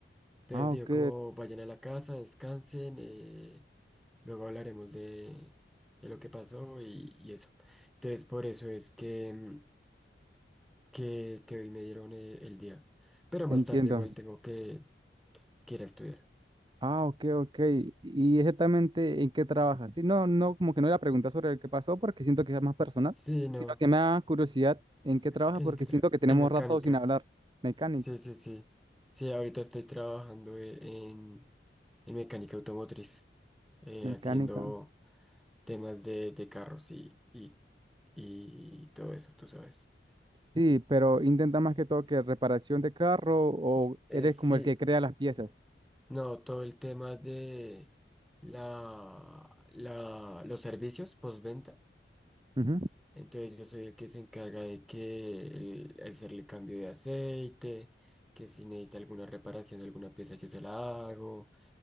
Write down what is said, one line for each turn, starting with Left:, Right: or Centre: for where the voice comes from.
Centre: Entonces
Right: Ah,
Centre: digo,
Right: ok,
Centre: como vayan a la casa, descansen, eh, luego hablaremos de, de lo que pasó y, y eso. Entonces por eso es que, mm, que, que hoy me dieron eh, el día. Pero
Right: entiendo.
Centre: más tarde igual tengo que, que ir a estudiar.
Right: Ah, ok, ok. ¿Y exactamente en qué trabajas? Sí, no, no, como que no era pregunta sobre el que pasó porque siento que es más personal,
Centre: Sí, no.
Right: sino que me da curiosidad en qué trabajas
Centre: ¿En
Right: porque
Centre: qué tra-
Right: siento que tenemos
Centre: En mecánica.
Right: rato sin hablar. Mecánica,
Centre: Sí, sí, sí. Sí, ahorita estoy trabajando eh, en, en mecánica automotriz, eh,
Right: mecánica.
Centre: haciendo temas de, de carros y, y, y todo eso, tú sabes.
Right: Sí, pero intenta más que todo que reparación de carro o
Centre: Eh,
Right: eres
Centre: sí,
Right: como el que crea las piezas.
Centre: No, todo el tema de la, la, los servicios postventa.
Right: Ujú.
Centre: Entonces yo soy el que se encarga de que el, el hacerle cambio de aceite, que si necesita alguna reparación de alguna pieza yo se la hago.